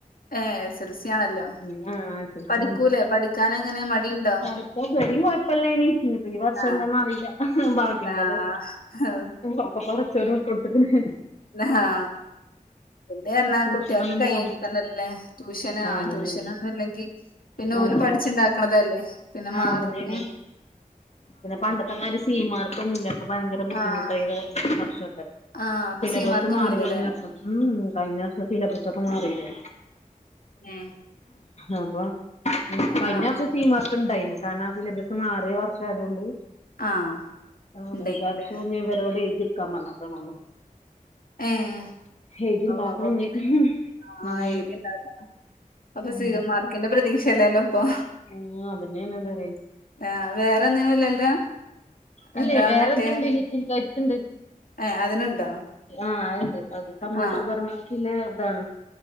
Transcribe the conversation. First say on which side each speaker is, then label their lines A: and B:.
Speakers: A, on the left; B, on the left.
A: ഏഹ് എസ് എൽ സി ആണല്ലോ
B: <unintelligible>
A: പഠിക്കൂലേ പഠിക്കാനെങ്ങനെ മടിണ്ടോ?
B: ഇപ്പോതരിൻ കുഴപ്പല്ലേനി ഇനിപ്പ ഈ വർഷം
A: ആഹ്
B: എന്താന്നറില്ല. ഭാഗ്യം
A: ആഹ്
B: പോലെ ഒക്കെ പടച്ചോനാ വിട്ട്ടുത്തക്ണ്.
A: നഹാ പിന്നെർഞ്ഞ
B: ട്യൂഷനൊന്നും
A: കുട്ടിൾക്ക് കയ്യെങ്കി
B: പോണ്
A: തന്നെല്ല ട്യൂഷന്
B: ആഹ്
A: ആ ട്യൂഷനൊന്നുല്ലെങ്കി
B: അതന്നെയാണ്
A: പിന്നെ
B: ആഹ്
A: ഓല് പഠിച്ച്ണ്ടാക്കണതല്ലേ പിന്നെ
B: ആഹ്
A: മാർക്ക
B: അതന്നെയാണ് പിന്നെ പണ്ടൊത്തെ മാതിരി സീമാർക്കൊന്നുല്ലൊപ്പൊ ഭയങ്കര ബുദ്ധിമുട്ടായി
A: ആഹ്
B: വർഷക്കെ.
A: ആഹ് അപ്പൊ
B: സിലബസ്
A: സി മാർക്കൊന്നും
B: മാറി
A: ഇല്ലല്ലേ
B: കഴിഞ്ഞ വർഷം ഉം കഴിഞ്ഞ വർഷം സിലബസൊക്കെ മാറില്ലേ?
A: ഉം
B: അപ്പൊ കഴിഞ്ഞ
A: ആഹ്
B: വർഷം സീംമാർക്ക് ണ്ടായിനി കാരണം ആ സിലബസ് മാറിയവർ ശയതൊണ്ട്
A: ആഹ്
B: ആഹ്
A: ഇണ്ടേയ്നില്ലേ
B: ഈ വർഷം ഇവരോട് എഴുതിട്ക്കാൻ പറഞ്ഞക്കണോല്ലോ.
A: ഏഹ്
B: എഴുതിണ്ടാക്കണം
A: ആഹ് അപ്പ
B: ഇനി
A: പിന്നെ
B: ഉം
A: ആഹ് എയ്തിണ്ടക്കണം അപ്പ
B: ഉം
A: സീ മാ ക്കിന്റെ പ്രതീക്ഷല്ലലോ ഇപ്പൊ?
B: ആഹ് അതന്നെയന്നെറ
A: ആഹ് വേറെന്നിനുല്ലല്ലോ
B: ഇല്ലേ
A: എന്താ
B: വേറെതുണ്ട്
A: മറ്റേ
B: ലിറ്റൽ കൈറ്റ്സ്ണ്ട്.
A: ഏഹ് അതിനുണ്ടോ?
B: ആഹ് അത്ണ്ട് അത് കമ്പ്യൂട്ടർ
A: ആഹ്
B: പരമായിട്ടുള്ള ഇതാണ്.